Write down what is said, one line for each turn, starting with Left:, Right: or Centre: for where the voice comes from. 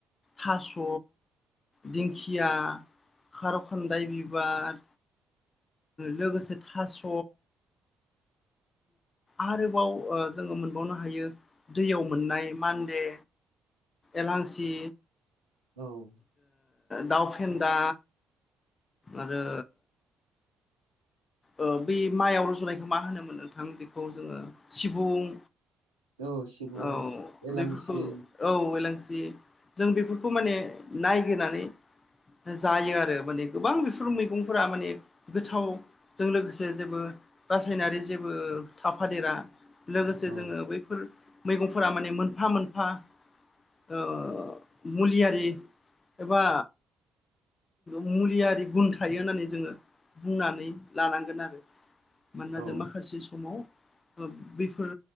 Left: थास' दिंखिया खार' खान्दाय बिबार लोगोसे थास' आरोबाव ओ जोङो मोनबावनो हायो। दैयाव मोननाय मान्दे एलांसि
Right: औ
Left: दाउ फेन्दा आरो ओ बे माइआव रज'नायखौ मा होनोमोन नोंथां बेखौ जोङो सिबुं
Right: औ सिबुं
Left: औ
Right: एलांसि
Left: बेफोरखौ औ एलांसि जों बेफोरखौ माने नायगिरनानै जायो आरो माने गोबां बेफोर मैगंफोरा माने गोथावजों लोगोसे जेबो रासायनारि जेबो थाफादेरा। लोगोसे
Right: औ
Left: जोङो बैफोर मैगंफोरा माने मोनफा-मोनफा ओ मुलियारि एबा मुलियारि गुन थायो होननानै जोङो बुंनानै लानांगोन आरो मानोना
Right: औ
Left: जों माखासे समाव बेफोर